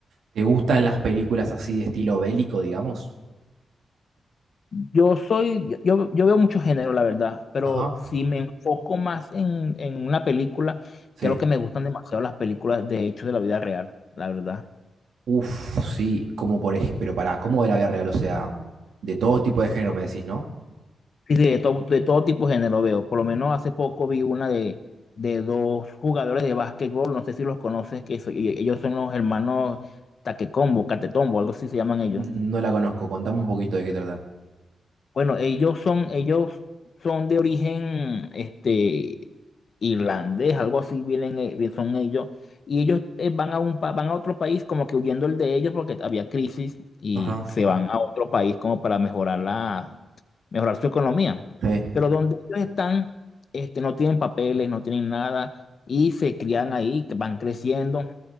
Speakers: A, on the right; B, on the left.
A: ¿Te gustan las películas así de estilo bélico, digamos?
B: Yo soy, yo, yo veo mucho género, la verdad, pero
A: Ajá.
B: si me enfoco más en, en una película,
A: Sí.
B: creo que me gustan demasiado las películas de hechos de la vida real, la verdad.
A: Uf, sí, como por ejemplo, pero pará, ¿cómo de la vida real? O sea, de todos tipos de género me decís, ¿no?
B: Sí, de todo, de todo tipo de género veo. Por lo menos hace poco vi una de, de dos jugadores de básquetbol, no sé si los conoces, que so- y- ellos son los hermanos Taquecombo, Catetombo, algo así se llaman ellos.
A: No la conozco, contame un poquito de qué trata.
B: Bueno, ellos son, ellos son de origen este, irlandés, algo así vienen, eh, bien son ellos. Y ellos eh, van a un pa- van a otro país como que huyendo el de ellos porque había crisis y
A: Ajá.
B: se van a otro país como para mejorar la, mejorar su economía.
A: Sí.
B: Pero donde ellos están, este, no tienen papeles, no tienen nada y se crían ahí, van creciendo.